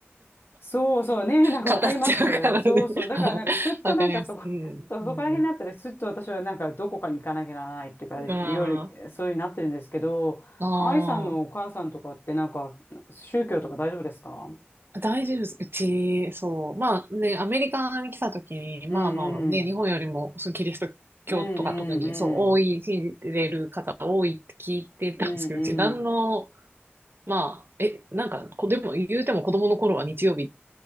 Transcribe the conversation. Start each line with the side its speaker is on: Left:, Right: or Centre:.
Left: そうそうね、なんかわかります。
Right: 語っちゃうからね。
Left: そうそう。
Right: <laughs>
Left: だからなんかすっとなんかそこ、
Right: はいわかります。うん。
Left: <laughs> そうそこら辺になったらすっと私はなんかどこかに行かなきゃならないっていうか、
Right: うん。あ
Left: 夜、そうになってるんですけど、
Right: あ。ああ。
Left: 愛さんのお母さんとかってなんか宗教とか大丈夫ですか
Right: 大丈夫です。うち、そう。まあね、アメリカに来た時に、まあまあね、
Left: うんうん。
Right: 日本よりも、そのキリスト教とか特に、
Left: うんうんうん。
Right: そう、多い、信じてる方多いって聞いてたんですけど、
Left: うん
Right: うち何の、まあ、え、なんか、こ、でも、言うても子供の頃は日曜日